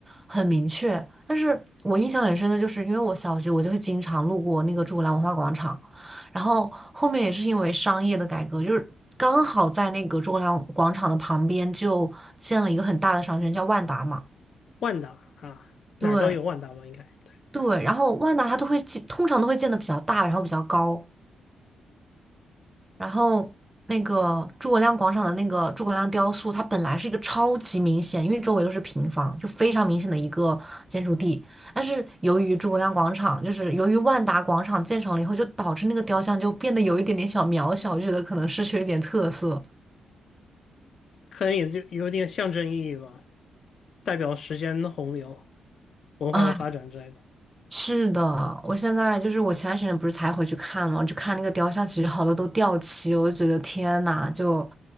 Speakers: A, on the right (about 15°); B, on the left (about 60°).
A: 很明确，但是我印象很深的就是，因为我小学我就会经常路过那个诸葛亮文化广场，然后后面也是因为商业的改革，就是刚好在那个诸葛亮广场的旁边就建了一个很大的商圈，叫万达嘛，
B: 万达啊，哪儿都有万达吧？
A: 对
B: 应该对，
A: 对，然后万达它都会建，通常都会建的比较大，然后比较高。然后那个诸葛亮广场的那个诸葛亮雕塑，它本来是一个超级明显，因为周围都是平房，就非常明显的一个建筑地。但是由于诸葛亮广场，就是由于万达广场建成了以后，就导致那个雕像就变得有一点点小渺小，就觉得可能失去了一点特色。
B: 可能也就有点象征意义吧，代表时间的洪流、<laughs> 文化的发展之类的。
A: 啊，是的，我现在就是我前段时间不是才回去看嘛，就看那个雕像，其实好多都掉漆，我就觉得天呐，就